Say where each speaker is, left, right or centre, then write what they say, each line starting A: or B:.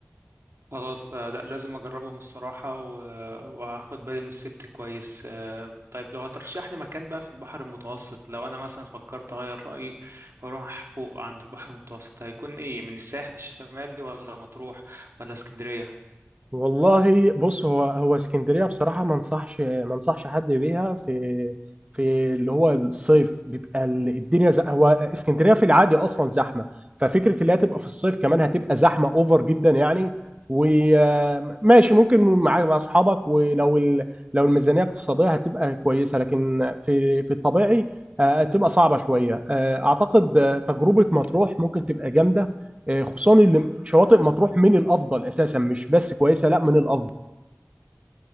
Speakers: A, on the right (about 65°); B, on the right (about 25°).
A: خلاص آه، لا لازم اجربهم الصراحة و... وهاخد بالي من السيفتي كويس آه، طيب لو هترشح لي مكان بقى في البحر المتوسط لو انا مثلا فكرت اغير رأيي واروح فوق عند البحر المتوسط هيكون ايه من الساحل الشمالي ولا مطروح ولا اسكندرية
B: والله بص هو هو اسكندريه بصراحه ما انصحش ما انصحش حد بيها في في اللي هو الصيف بيبقى ال- الدنيا ز... هو اسكندريه في العادي اصلا زحمه ففكره اللي هي تبقى في الصيف كمان هتبقى زحمه اوفر جدا يعني وماشي ممكن مع مع اصحابك ولو ال... لو الميزانيه اقتصاديه هتبقى كويسه لكن في في الطبيعي آه، هتبقى صعبه شويه آه، اعتقد آه، تجربه مطروح ممكن تبقى جامده آه، خصوصا اللي شواطئ مطروح من الافضل اساسا مش بس كويسه لا من الافضل